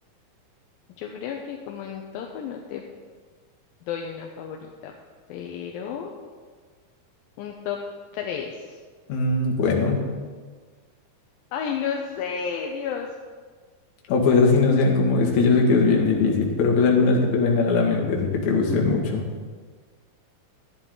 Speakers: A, on the left (about 75°); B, on the left (about 55°).
A: yo creo que como en todo no te doy una favorita, pero un top 3.
B: Mm, bueno,
A: Ay, no sé, Dios.
B: o pues así no sean como, es que yo sé que es bien difícil, pero pues algunas que te vengan a la mente, así que te gusten mucho.